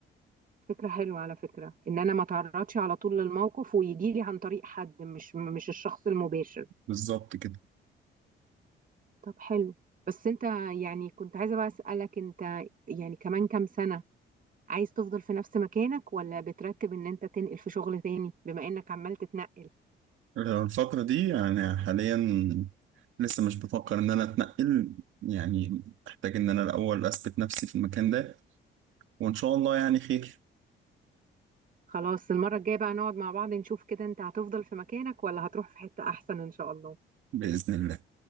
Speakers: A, on the right; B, on the right.
A: فكرة حلوة على فكرة إن أنا ما تعرضش على طول للموقف ويجي لي عن طريق حد مش مش الشخص المباشر
B: بالظبط كده
A: طب حلو بس انت يعني كنت عايزة بقى أسألك انت يعني كمان كام سنة عايز تفضل في نفس مكانك ولا بترتب ان انت تنقل في شغل تاني بما انك عمال تتنقل
B: الفترة دي يعني حاليا لسه مش بفكر إن أنا أتنقل يعني أحتاج إن أنا الأول أثبت نفسي في المكان ده وإن شاء الله يعني خير
A: خلاص المرة الجاية بقى نقعد مع بعض نشوف كده انت هتفضل في مكانك ولا هتروح في حتة احسن ان شاء الله
B: بإذن الله